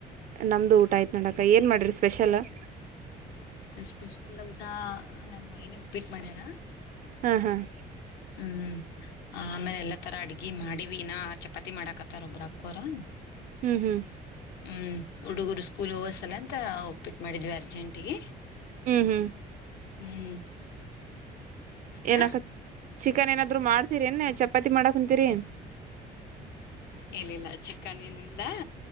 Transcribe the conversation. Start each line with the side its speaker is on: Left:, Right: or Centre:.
Right: ನಮ್ದು, ಊಟ ಆಯ್ತು, ನೋಡಕ ಏನ್ ಮಾಡ್ರಿ ಸ್ಪೆಷಲ್? <inaudible>
Left: ಸ್ಪೆಷಲ್ ಊಟ ನಮ್ಮ್ ಏನಿ ಉಪ್ಪಿಟ್ಟ ಮಾಡ್ಯಾರ
Right: ಹಾ, ಹಾ. <inaudible>
Left: ಹ್ಮ್, ಆ ಆಮೇಲೆ, ಎಲ್ಲಾ ತರ ಅಡ್ಗಿ ಮಾಡಿವಿನ ಚಪಾತಿ ಮಾಡಾಕತ್ತಾರೊಬ್ರ, ಅಕ್ಕೋರೂ. <inaudible>
Right: ಹ್ಮ್ ಹ್ಮ್
Left: ಹ್ಮ್, ಉಡುಗರು, ಸ್ಕೂಲ್, ವಸ್. <inaudible> ಸಲ, ಅಂತ, ಒಪ್ಪಿಟ್ಟು ಮಾಡಿದ್ವಿ ಅರ್ಜೆಂಟಗೆ. <inaudible>
Right: ಹೂ ಹೂ
Left: ಹ್ಮ್.. <inaudible> ಮತ್ತ
Right: ಏನೂಕತಿ. <inaudible> ಚಿಕನ್, ಏನಾದ್ರು ಮಾಡ್ತೀರಿ! ಏನು, ಚಪಾತಿ ಮಾಡಕ್, ಕುಂತೀರಿ. <inaudible>
Left: ಏನಿಲ್ಲ ಚಿಕನ್ ಏನಿಲ್ಲ